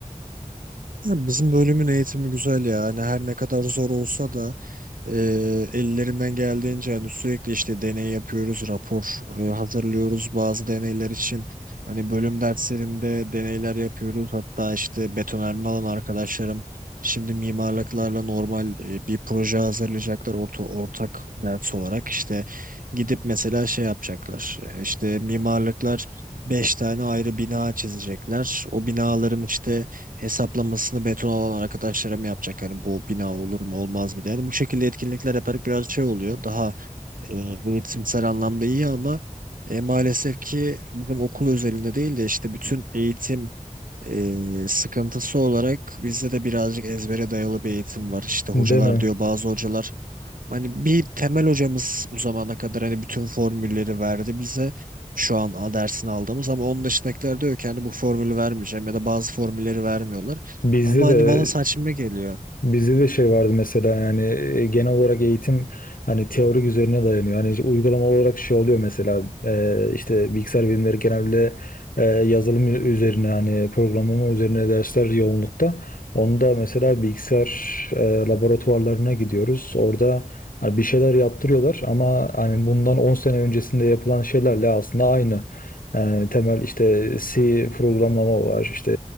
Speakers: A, on the right; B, on the left.
A: Ya bizim bölümün eğitimi güzel ya hani her ne kadar zor olsa da E, ellerinden geldiğince hani sürekli işte deney yapıyoruz, rapor e, hazırlıyoruz bazı deneyler için. Hani bölüm derslerinde deneyler yapıyoruz. Hatta işte betonarme alan arkadaşlarım şimdi mimarlıklarla normal e, bir proje hazırlayacaklar orta, ortak ders olarak. İşte gidip mesela şey yapacaklar. E, işte mimarlıklar 5 tane ayrı bina çizecekler. O binaların işte hesaplamasını beton olan arkadaşlarım yapacak. Hani bu bina olur mu olmaz mı diye. Yani bu şekilde etkinlikler yaparak biraz şey oluyor. Daha e, eğitimsel anlamda iyi ama e, maalesef ki bizim okul özelinde değil de işte bütün eğitim e, sıkıntısı olarak bizde de birazcık ezbere dayalı bir eğitim var. İşte
B: Değil
A: hocalar
B: mi?
A: diyor bazı hocalar Hani bir temel hocamız bu zamana kadar hani bütün formülleri verdi bize. Şu an a- dersini aldığımız ama onun dışındakiler diyor ki hani bu formülü vermeyeceğim ya da bazı formülleri vermiyorlar.
B: Bizde
A: Ama
B: de
A: hani bana saçma geliyor.
B: bizde de şey vardı mesela yani e, genel olarak eğitim hani teorik üzerine dayanıyor. Hani işte uygulama olarak şey oluyor mesela e, işte bilgisayar bilimleri genelde e, yazılım üzerine hani programlama üzerine dersler yoğunlukta. Onda mesela bilgisayar e, laboratuvarlarına gidiyoruz. Orada hani bir şeyler yaptırıyorlar ama hani bundan 10 sene öncesinde yapılan şeylerle aslında aynı. Yani temel işte C programlama var, işte